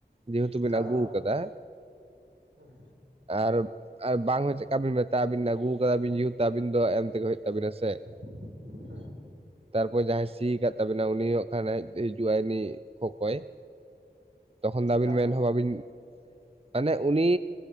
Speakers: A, on the right; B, on the right.
A: ᱡᱮᱦᱮᱛᱩ
B: ᱮᱠᱟᱞ
A: ᱵᱤᱱ ᱟᱜᱩ
B: ᱮᱠᱟᱞ
A: ᱠᱟᱫᱟ᱾
B: ᱦᱮᱸ ᱦᱮᱸ
A: ᱟᱨ ᱟᱨ ᱵᱟᱝ ᱦᱚᱸ ᱪᱮᱜᱠᱟ ᱵᱤᱱ ᱢᱮᱛᱟᱭᱟ ᱟᱵᱤᱱ ᱟᱜᱩ ᱠᱟᱫᱟ ᱵᱤᱱ ᱡᱮᱦᱮᱛᱩ ᱟᱵᱤᱱ ᱫᱚ ᱮᱢ ᱛᱮᱜᱮ ᱦᱩᱭᱩᱜ ᱛᱟᱵᱤᱱᱟ ᱥᱮ ᱾
B: <unintelligible>
A: ᱛᱟᱨᱯᱚᱨ ᱡᱟᱦᱟᱸᱭ ᱥᱤ ᱠᱟᱫ ᱛᱟᱵᱤᱱᱟ ᱩᱱᱤ ᱦᱚᱸ ᱟᱸᱜᱠᱷᱟᱱ ᱦᱮᱡ ᱦᱤᱡᱩᱜᱼᱟᱭ ᱩᱱᱤ ᱠᱷᱚᱠᱚᱭ ᱾ ᱛᱚᱠᱷᱚᱱ ᱫᱚ ᱟᱵᱤᱱ
B: ᱮᱠᱟᱞ
A: ᱢᱮᱱ
B: ᱮᱠᱟᱞ
A: ᱦᱚᱸ ᱵᱟᱵᱤᱱ ᱢᱟᱱᱮ ᱩᱱᱤ